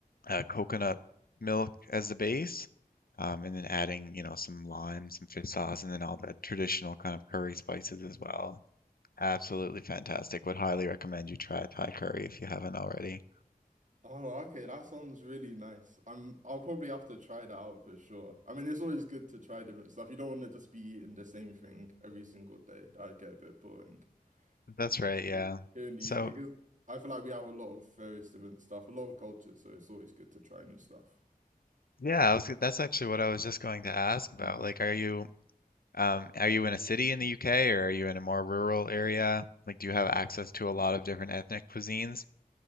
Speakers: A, on the left; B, on the right.
A: uh, coconut milk as the base, um, and then adding, you know, some lime, some fish sauce, and then all the traditional kind of curry spices as well. Absolutely fantastic. Would highly recommend you try Thai curry if you haven't already.
B: Oh, okay, that sounds really nice. I'm I'll probably have to try that out for sure. I mean, it's always good to try different stuff. You don't want to just be eating the same thing every single day. That'd get a bit boring.
A: That's
B: It's
A: right, yeah.
B: really- here in the
A: So,
B: UK because I feel like we have a lot of various different stuff, a lot of cultures, so it's always good to try new stuff.
A: yeah, I was, that's actually what I was just going to ask about. Like, are you Um, are you in a city in the UK or are you in a more rural area? Like, do you have access to a lot of different ethnic cuisines?